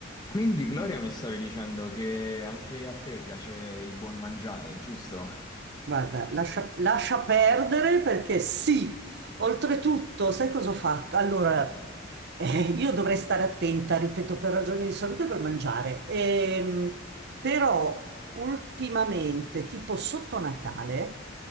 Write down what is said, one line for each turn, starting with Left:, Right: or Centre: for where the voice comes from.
Left: Quindi Gloria mi stavi dicendo che anche a te piace il buon mangiare, giusto?
Right: Guarda, lascia, lascia perdere perché sì, oltretutto, sai cosa ho fatto? Allora, eh, io dovrei stare attenta, ripeto, per ragioni di salute col mangiare, Ehm, però ultimamente, tipo sotto Natale,